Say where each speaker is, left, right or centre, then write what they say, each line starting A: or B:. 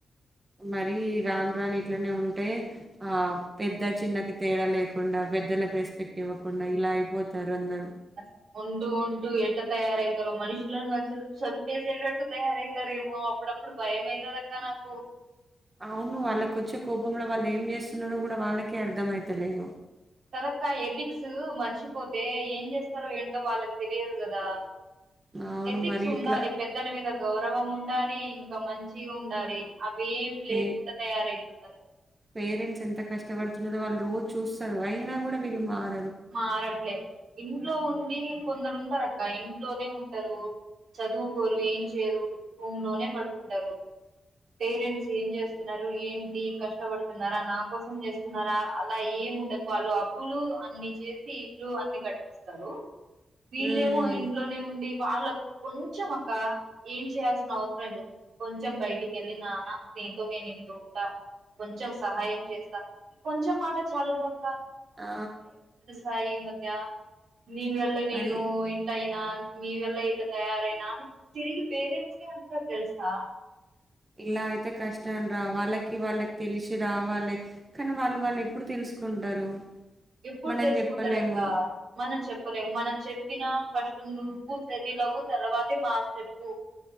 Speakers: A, on the right (about 30°); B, on the right (about 75°).
A: మరీ రాను రాను ఇట్లనే ఉంటే ఆ పెద్ద చిన్నకి తేడా లేకుండా పెద్దలకు రెస్పెక్ట్ ఇవ్వకుండా ఇలా అయిపోతారు అందరు
B: అస ముందు ముందు ఎట్ట తయారయితరో మనుషులను అసలు చంపేసేటట్టు తయారయితరేమో అప్పుడప్పుడు భయం అయితది అక్క నాకు
A: అవును వాళ్ళకొచ్చే కోపంలో వాళ్ళు ఏం చేస్తున్నరో కూడా వాళ్ళకే అర్ధం అయితలేదు.
B: కదక్కా ఎథిక్సు మర్చిపోతే ఏం చేస్తారో ఏంటో వాళ్ళకి తెలియదు కదా
A: అవును
B: ఎథిక్స్
A: మరి
B: ఉండాలి
A: ఇట్లా
B: పెద్దల మీద గౌరవం ఉండాలి ఒక మంచి ఉండాలి. అ ఇవేం
A: పే
B: లేకుండా తయారైతుంది
A: పేరెంట్స్ ఎంత కష్టపడుతున్నరో వాళ్ళు రోజు చూస్తారు అయినా కూడా వీళ్ళు మార్
B: మారట్లే ఇంట్లో ఉండి కొందరు ఉంటరక్క ఇంట్లోనే ఉంటరు చదువుకోరు ఏం చేయరు రూమ్ లోనే పడుకుంటరు. పేరెంట్స్ ఏం చేస్తున్నారు? ఏంటి కష్టపడుతున్నారా నా కోసం చేస్తున్నారా అలా ఏమి ఉండదు వాళ్ళు అప్పులు ఆ అన్ని చేసి ఇల్లు అన్ని కట్టిస్తరూ వీళ్ళేమో
A: హ్మ్.
B: ఇంట్లోనే ఉండి వాళ్ళ కొంచం అక్కా ఏం చేయాల్సిన అవసరం లేదు కొంచెం బయటికెళ్ళి నానా నీతో నేను ఇంత ఉంటా కొంచెం సహాయం చేస్తా కొంచెం మాట చాలు గా అక్క
A: ఆ
B: క ఈ మధ్య నీ వల్లే నేను
A: మరి
B: ఇంటా ఇ ఇంకా మీ వల్లే ఇట్ల తయారైనా తిరిగి పేరెంట్స్ నే అంటారు తెలుసా
A: ఇలా అయితే కష్టం రా వాళ్ళకి వాళ్ళకి తెలిసి రావాలి కానీ వాళ్ళు వాళ్ళు ఎప్పుడు తెలుసుకుంటారు?
B: ఎప్పుడు
A: మనం
B: తెలుసుకుంటరు
A: చెప్పలేము.
B: అక్క మనం చెప్పలేము మనం చెప్పినా ఫస్ట్ నువ్వు సెటిలవ్వు తర్వాతే మాకు చెప్పు